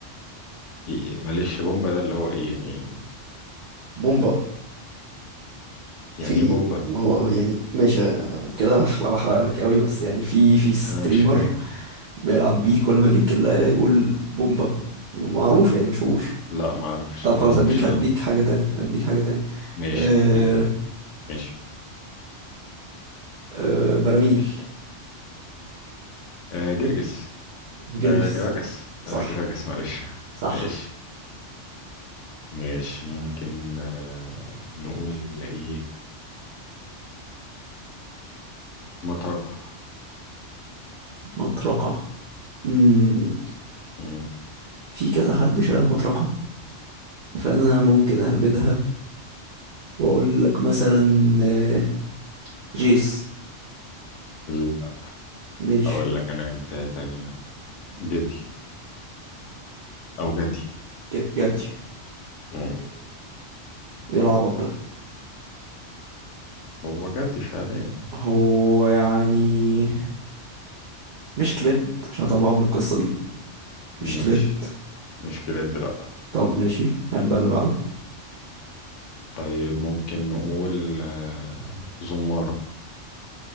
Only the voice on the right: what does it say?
بومبا في
ما هو يعني ماشي آه، كده هبقى بحرق لك قوي بس يعني في في ستريمر
بيلعب بيه كل ما يجيب كلاية يقول بومبا معروف يعني مشهور
طب
خلاص
هديك
هديك حاجة تانية هديك حاجة تانية
آه
آه براميل
جرجس
صح
صح
مطرقة مم.
في كذا حد شايل مطرقة فأنا ممكن أهبدها وأقول لك مثلا آه، جيس
مش
ج- ج- جدي
ايه العبط ده
هو يعني مش كليد عشان اطلعه من القصة دي مش
كليد
طب ماشي هبقى اللي بعده